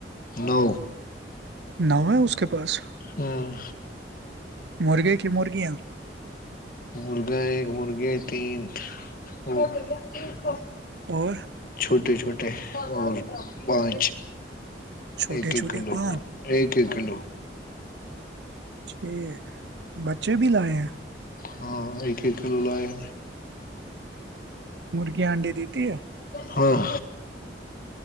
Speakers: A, on the left; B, on the right.
A: نو
B: نو ہے اس کے پاس
A: ہوں
B: مرغے کی مرغیاں
A: مرغا ایک مرغے تین کو خ
B: اور
A: چھٹی چھٹے چھوٹے اور پانچ
B: چھوٹے
A: ایک ایک
B: چھوٹے
A: کلو
B: پان
A: ایک ایک کلو
B: ٹھیک بچے بھی لائے ہیں
A: ہاں ایک ایک کلو ل ہے
B: مرغیاں آانڈی دیتی ہے
A: ہاں